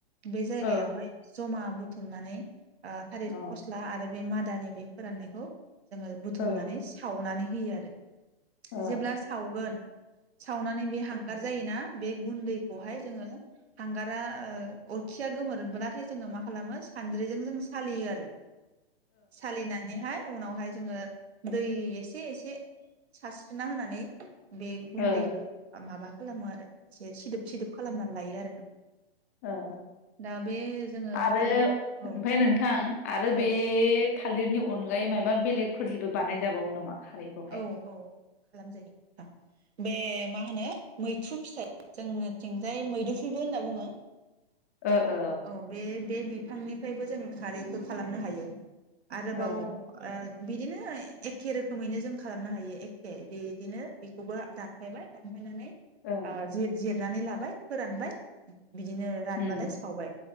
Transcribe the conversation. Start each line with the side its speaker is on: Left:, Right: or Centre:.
Right: बे जायगायावहाय
Left: औ
Right: जमा बुथुमनानै ओ थालिर
Left: ओ
Right: फस्ला आरो बे मादानि बे फोराननायखौ जोङो बुथुमनानै
Left: ओ
Right: सावनानै होयो आरो
Left: ओ
Right: जेब्ला सावगोन सावनानै बे हांगार जायोना बे गुन्दैखौहाय जोङो हांगारा ओ अरखिया गोमोरब्लाथाय जोङो मा खालामो सानद्रिजों जों सालियो आरो सालिनानैहाय उनावहाय जोङो दै एसे एसे सारस्रिना होनानै बे गुन्दैखौ
Left: ओ
Right: माबा खालामो आरो एसे सिदोब सिदोब खालामनानै लायो आरो नोंथां
Left: ओ
Right: दा बे जोङो
Left: आरो
Right: खारैखौ औ
Left: ओमफ्राय नोंथां आरो
Right: औ
Left: बे थालिरनि अनगायै मायाबा बेलेगफोरजोंबो बानायजाबावो नामा खारैखौहाय
Right: औ औ औ खालामजायो नोंथां बे मा होनो मैथ्रु फिसाइ जोंनिथिंजाय मैदुफुलबो होनना बुङो
Left: ओ ओ
Right: औ बे बे बिफांनिफ्रायबो जोंङो खारैखौ खालामनो हायो आरोबाव
Left: ओ
Right: बिदिनो एखे रोखोमैनो जों खालामनो हायो एखे बिदिनो बेखौबो दानफायबाय दानफायनानै
Left: ओ
Right: आ जिर जिर नानै लाबाय फोरानबाय बिदिनो रानबालाय
Left: उम